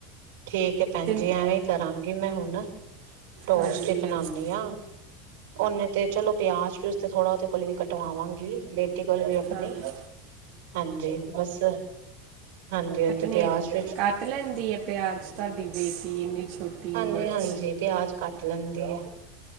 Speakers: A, on the right; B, on the right.
A: ਠੀਕ ਹੈ ਭੈਣ
B: ਤੇ
A: ਜੀ। ਐਵੇਂ ਕਰਾਂਗੀ। ਮੈਂ ਹੁਣ ਟੋਸਟ
B: ਹਾਂਜੀ
A: ਈ ਬਣਾਂਦੀ
B: ਹਾਂਜੀ
A: ਆਂ। ਓਨੇ ਤੇ ਚਲੋ ਪਿਆਜ, ਪਿਊਜ ਤੇ ਥੋੜਾ, ਓਦੇ ਕੋਲ ਵੀ ਕਟਵਾਵਾਂਗੀ ਬੇਟ - ਬੇਟੀ ਕੋਲੋ ਵੀ ਆਪਣੀ,
B: ਹਾਂਜੀ
A: ਹਾਂਜੀ, ਬਸ ਹਾਂਜੀ-ਹਾਂਜੀ।
B: ਨੇ
A: ਪਿਆਜ ਵਿੱਚ
B: ਕੱਟ ਲੈਂਦੀ ਆ, ਪਿਆਜ ਤੁਹਾਡੀ ਬੇਟੀ ਏਨੀ ਛੋਟੀ
A: ਹਾਂਜੀ-ਹਾਂਜੀ,
B: ਉਮਰ 'ਚ
A: ਪਿਆਜ ਕੱਟ ਲੈਂਦੀ ਏ।